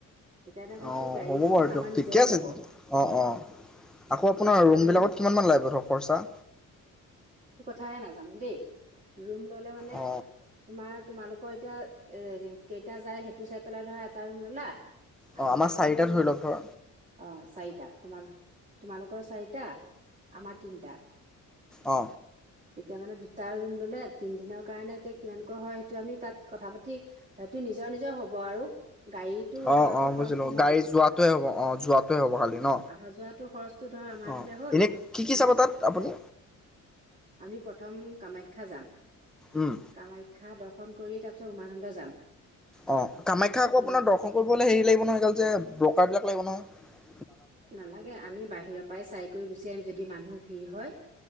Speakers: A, on the right; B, in the centre.
A: সেইকাৰণে ভাবিছো
B: অঁ
A: গাড়ীখন
B: হ'ব বাৰু দিয়ক
A: আমাৰ নিজৰে
B: ঠিকে আছে
A: যাব
B: অঁ অঁ
A: তাৰপিছত
B: আকৌ আপোনাৰ
A: এতিয়া
B: ৰুমবিলাকত
A: মানে
B: কিমান মান লাগিব ধৰ খৰচা।
A: সেয়া নাজানো দেই ৰুম ললে মানে
B: অ
A: তোমাৰ তোমালোক। তই এতিয়া কেইটা যাই সেইটো চাই পেলাই ধৰা এটা ৰুম ললা।
B: অ
A: আমাৰ এটা
B: চাৰিটা
A: ৰুম
B: ধৰি
A: ল'ম
B: লওক ধৰ
A: অ চাৰিটা তোমালোকৰ চাৰিটা। আমাৰ তিনিটা
B: অ
A: তেতিয়া মানে দুটা ৰুম ললে তিন দিনৰ কাৰণে এতিয়া কিমানকৈ হয় সেইটো আমি তাত কথা পাতি সেইটো নিজৰ নিজৰ হব আৰু। গাড়ীটো
B: অ
A: যোৱাটো
B: অ
A: খৰচটো
B: বুজিলো
A: মই
B: গাড়ী
A: দিম
B: যোৱাটোৱে হব আহ যোৱাটোৱে
A: অ
B: হ'ব খালি ন
A: অহা যোৱাটো খৰচটো ধৰ আমাৰ
B: অ
A: ফালে হ'ল
B: এনে কি
A: তোমাৰ
B: কি চাব তাত আপুনি
A: আমি প্ৰথম কামাখ্যা যাম।
B: উম
A: কামাখ্যা দৰ্শন দৰ্শন কৰি তাৰপিছত উমানন্দ যাম
B: অ কামাখ্যা আকৌ
A: উমান
B: আপোনাৰ দৰ্শন কৰিবলৈ হেৰি লাগিব নহয় পাইবিলাক লাগিব ন। <unintelligible>
A: নালাগে আমি বাহিৰৰ পৰাই চাই কৰি গুচি আহিম যদি। যদি মানুহ ভিৰ হয়